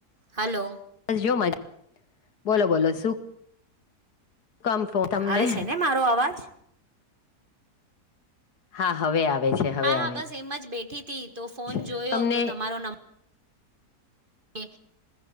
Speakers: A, on the right; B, on the left.
A: હલો
B: બસ જો મજ. બોલો બોલો સુખ. શ કમ ફ તમને.
A: આવે છે ને મારો અવાજ
B: હા હવે આવે. છે હવે
A: હા
B: આવે
A: હા બસ એમ જ બેઠી હતી તો ફોન
B: છે
A: જોયો
B: તમને
A: તો તમારો નંબર. કે